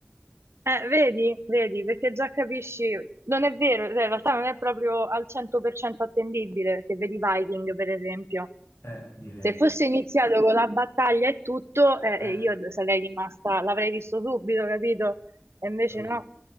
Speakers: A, on the right; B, on the left.
A: Eh, vedi, vedi, perché già capisci, non è vero, cioè, in realtà non è proprio al 100% attendibile, perché vedi Viking, per esempio.
B: Eh, direi.
A: Se fosse iniziato con la battaglia e tutto, eh,
B: Eh,
A: eh, io sarei rimasta, l'avrei visto subito, capito? E invece
B: capito.
A: no.